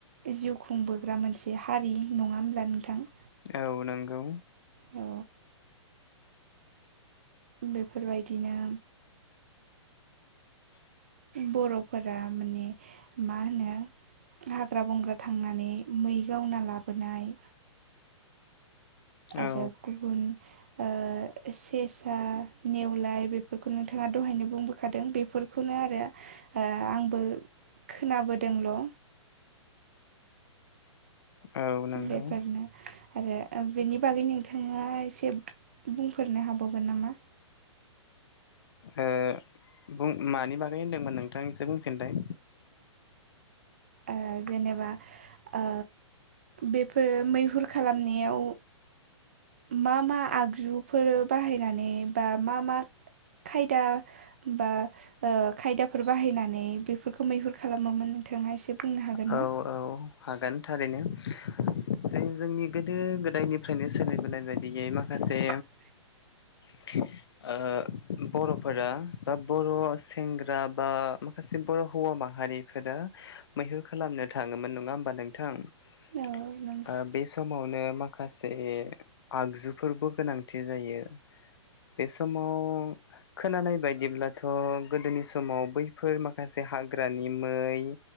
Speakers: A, on the right (about 25°); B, on the left (about 50°).
A: जिउ खुंबोग्रा मोनसे हारि नंङा होमब्ला नोंथां?
B: औ नंगौ
A: औ बेफोरबायदिनो बर' फोरा माने मा होनो हाग्रा बंग्रा थांनानै मै गावना लाबोनाय आरो
B: औ
A: गुबुन ओ सेसा, नेवलाय बेफोरखौ नोंथाङा दहायनो बुंबोखादों बे बेफोरखौनो आरो ओ आंबो खोनाबोदोंल'।
B: औ नंगौ
A: बेफोरनो आरो बेनि बागै नोंथाङा एसे बुंफोरनो हाबावगोन नामा?
B: ओ बुं मानि बागै होनदोंमोन नोंथां एसे बुंफिनलाय।
A: ओ जेनेबा ओ बेफोर मैहुर खालामनायाव मा मा आगजुफोर बाहायनानै बा मा मा खायदा बा ओ खायदाफोर बाहायनानै बेफोरखौ मैहुर खालामोमोन नोंथाङा एसे बुंनो हागोन
B: औ
A: ना?
B: औ हागोन थारैनो जे जोंनि गोदो गोदायनिफ्रायनो सोलिबोनाय बायदि बियो माखासे
A: बे
B: <inaudible> ओ बर'फोरा बा बर' सेंग्रा बा माखासे बर' हौवा माहारि होनो मैहुर खालामनो थाङोमोन नङा होमबा नोंथां ओ
A: औ नंगौ
B: बै सम समावनो माखासे आगजुफोरबो गोनांथि जायो। बे समाव खोनानाय बायदिब्लाथ' गोदोनि समाव बैफोर माखासे हाग्रानि मै,